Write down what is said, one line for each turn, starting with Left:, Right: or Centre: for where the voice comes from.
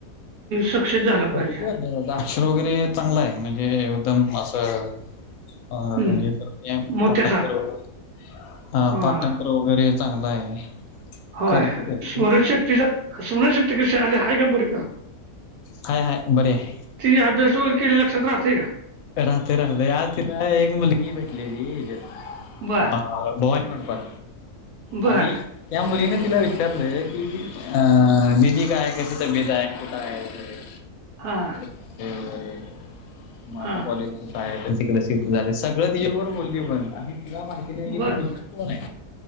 Right: सक्सेस झालं
Left: करते
Right: पाहिजे.
Left: अभ्यासाचा अक्षर वगैरे चांगल आहे. म्हणजे एकदम असं- <unintelligible>
Right: हम्म
Left: करतेया
Right: मोत्यासारखा
Left: पाठांतर वगैरे. हं
Right: हां,
Left: पाठांतर- वगैरे चांगल आहे.
Right: होय.
Left: करते करते
Right: स्मरणशक्ती जर स्मरणशक्ती कशी आले का? आहे बरी का?
Left: हाय हाय बरी हाय.
Right: ती अभ्यास वगैरे केलेला लक्षात राहतोय का?
Left: राहतोय. राहतोय. आज तिला एक मुलगी भेटलेली याच्यात -
Right: बर,
Left: आ. भवानी मंडपात
Right: बर.
Left: आणि- त्या मुलीने तिला विचारलं की, अ- दिदी काय कशी तब्येत आहे? कुठं आहे वगैरे.
Right: हा.
Left: जाते वगैरे. मग
Right: हां.
Left: आता कॉलेजच काय? तर ती क शिफ्ट झा सगळं तिच्याबरोबर बोलली पण. आणि तिला माहिती- नाही कि
Right: बर,
Left: ती मुलगी
Right: बर.
Left: कोण आहे?